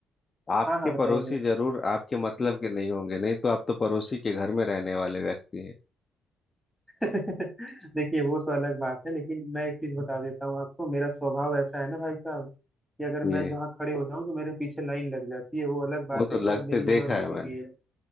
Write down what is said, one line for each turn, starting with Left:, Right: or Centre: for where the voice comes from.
Left: आपके
Centre: हाँ हाँ बताइए
Left: पड़ोसी जरूर आपके मतलब के नहीं होंगे नहीं तो आप तो पड़ोसी के घर में रहने वाले व्यक्ति हैं
Centre: <laughs> देखिए वो तो अलग बात है लेकिन मैं एक चीज बता देता हूँ आपको मेरा स्वभाव ऐसा है ना भाई साहब कि अगर
Left: ये
Centre: मैं जहाँ खड़े हो जाऊँ तो मेरे पीछे लाइन लग जाती है वो अलग बात
Left: वो तो
Centre: है
Left: लगते
Centre: कि अब मेरी उम्र
Left: देखा
Centre: हो
Left: है
Centre: चुकी
Left: मैंने
Centre: है